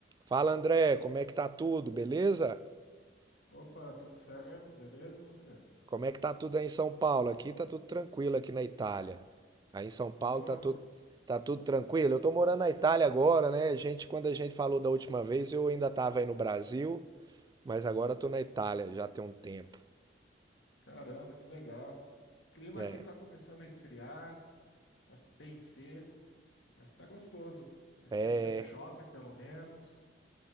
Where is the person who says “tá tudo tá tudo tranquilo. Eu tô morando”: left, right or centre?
Right